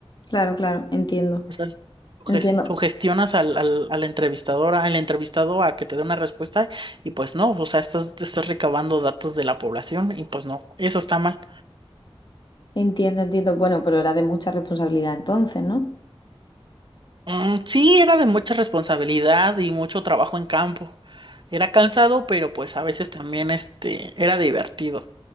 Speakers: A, on the left; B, on the right.
A: claro, claro, entiendo,
B: O sea, suges-
A: entiendo.
B: sugestionas al, al, al entrevistador, al entrevistado a que te dé una respuesta y pues no, o sea, estás, estás recabando datos de la población y pues no, eso está mal.
A: Entiendo, entiendo. Bueno, pero era de mucha responsabilidad entonces, ¿no?
B: Mm, sí, era de mucha responsabilidad y mucho trabajo en campo. Era cansado, pero pues a veces también este era divertido.